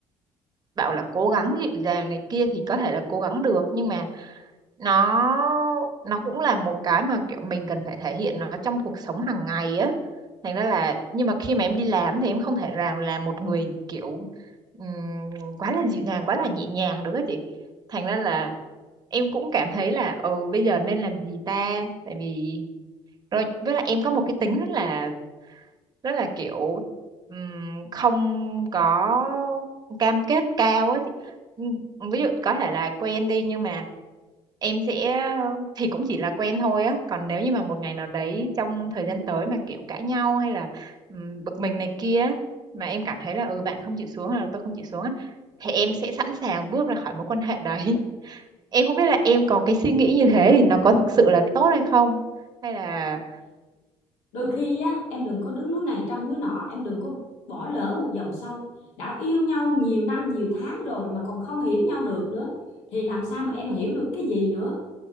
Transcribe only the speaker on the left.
đôi khi á em đừng có đứng núi này trông núi nọ em đừng có bỏ lỡ một dòng sông đã yêu nhau nhiều năm nhiều tháng rồi mà còn không hiểu nhau được nữa thì làm sao mà em hiểu được cái gì nữa